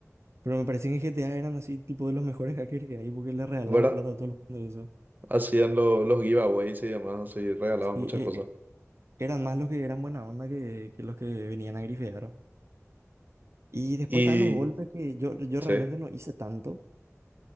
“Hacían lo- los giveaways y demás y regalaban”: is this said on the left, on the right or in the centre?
Right